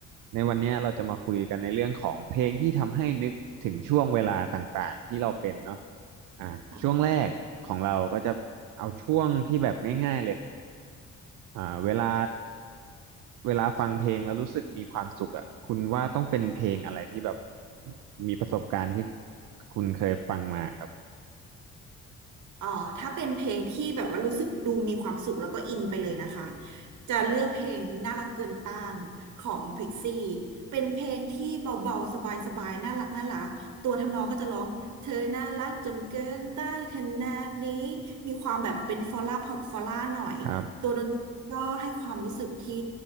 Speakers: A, on the right; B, on the right.
A: ในวันเนี้ยเราจะมาคุยกันในเรื่องของเพลงที่ทำให้นึกถึงช่วงเวลาต่างๆที่เราเป็นเนาะ อ่าช่วงแรกของเราก็จะเอาช่วงที่แบบง่ายๆเลย
B: ค่ะ
A: อ่าเวลาเวลาฟังเพลงแล้วรู้สึกมีความสุขอ่ะคุณว่าต้องเป็นเพลงอะไรที่แบบมีประสบการณ์ที่คุณเคยฟังมาครับ
B: เอ่อถ้าเป็นเพลงที่แบบว่ารู้สึกดูมีความสุขแล้วก็อินไปเลยนะคะจะเลือกเพลงน่ารักเกินต้านของพิกซี่เป็นเพลงที่เบาๆสบายๆน่ารักน่ารักตัวทำนองก็จะร้องเธอน่ารักจนเกินต้านขนาดนี้มีความแบบเป็นฟอลล่าพอร์ตฟอลล่าหน่อยตัวดนตรีก็ให้ความรู้สึกที่
A: ครับ